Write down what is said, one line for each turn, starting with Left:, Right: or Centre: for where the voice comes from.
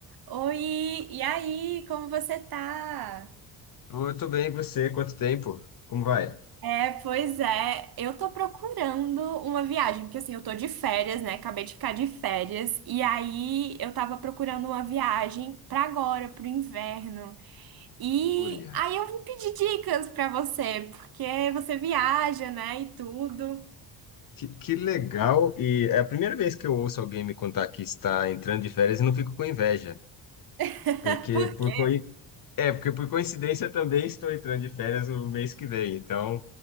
Right: Oi, e aí, como você tá?
Left: Muito bem, e você? Quanto tempo? Como vai?
Right: É, pois é. Eu tô procurando uma viagem, porque assim, eu tô de férias, né? Acabei de ficar de férias. E aí eu tava procurando uma viagem pra agora, pro inverno. E
Left: Olha,
Right: aí eu vim pedir dicas pra você, porque você viaja, né? E tudo.
Left: Que, que legal! E é a primeira vez que eu ouço alguém me contar que está entrando de férias e não fico com inveja,
Right: <laughs>
Left: porque
Right: Porque,
Left: por coi- é, porque por coincidência eu também estou entrando de férias no mês que vem. Então,